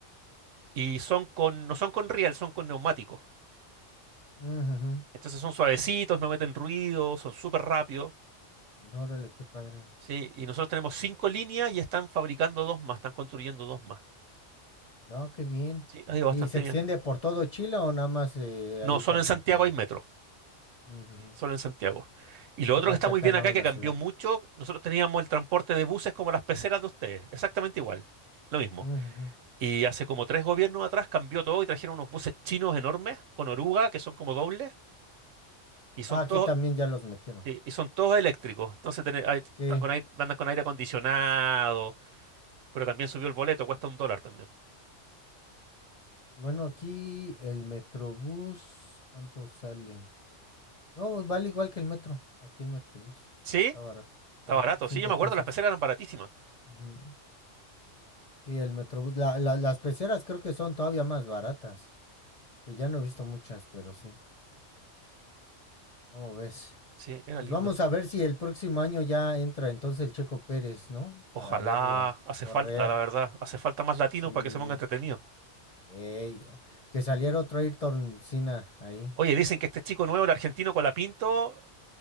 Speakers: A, on the right; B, on the left.
A: y son con, no son con riel, son con neumáticos.
B: mm,
A: Entonces son suavecitos, no meten ruido, son súper rápidos,
B: ujú. Órale, qué padre.
A: ¿sí? Y nosotros tenemos cinco líneas y están fabricando dos más, están construyendo dos más.
B: No, qué bien.
A: Sí, ha ido
B: ¿Y
A: bastante
B: se extiende
A: bien.
B: por todo Chile o nada más eh,
A: No,
B: ahí
A: solo
B: por
A: en
B: Santiago?
A: Santiago hay metro,
B: Mm, ujú.
A: solo en Santiago. Y lo
B: Sí,
A: otro
B: igual
A: que está
B: que
A: muy
B: acá
A: bien
B: nada
A: acá,
B: más
A: que
B: la
A: cambió
B: ciudad.
A: mucho, nosotros teníamos el transporte de buses como las peceras de ustedes, exactamente igual, lo mismo.
B: Mm, ujú.
A: Y hace como tres gobiernos atrás cambió todo y trajeron unos buses chinos enormes con oruga que son como dobles y son
B: Ah, aquí
A: todos
B: también ya los metieron.
A: sí, y son todos eléctricos. Entonces tiene- hay- están
B: Sí.
A: con aire, andan con aire acondicionado, pero también subió el boleto, cuesta un dólar también.
B: Bueno, aquí el Metrobús, ¿cuánto sale? No, pues vale igual que el metro. Aquí el Metrobús.
A: Sí,
B: Está barato.
A: está
B: Ajá,
A: barato.
B: cinco
A: Sí, yo me acuerdo,
B: pesos.
A: las peceras eran baratísimas.
B: Ujú. Sí, el Metrobús. la- la- las peceras creo que son todavía más baratas. Que ya no he visto muchas, pero sí. ¿Cómo ves?
A: Sí, era
B: Pues
A: lindo.
B: vamos a ver si el próximo año ya entra entonces el Checo Pérez, ¿no?
A: Ojalá,
B: Para verlo
A: hace
B: correr.
A: falta, la verdad, hace falta más latinos
B: Sí.
A: para que se ponga entretenido.
B: Ey, o- que saliera otro Ayrton Senna ahí.
A: Oye, dicen que este chico nuevo, el argentino con la Pinto,